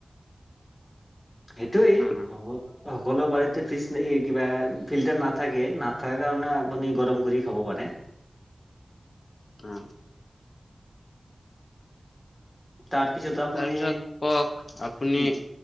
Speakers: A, on the left; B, on the left.
A: সেইটোৱেই
B: উম
A: হব। সকলো বাৰীতে ফ্ৰিজ কিবা ফিল্টাৰ নাথাকে নাথাককাৰ কাৰণেও আপুনি গৰম কৰি খাব পাৰে।
B: অ।
A: তাৰপিছত আপুনি
B: তাৰপিছত কওক আপুনি
A: উ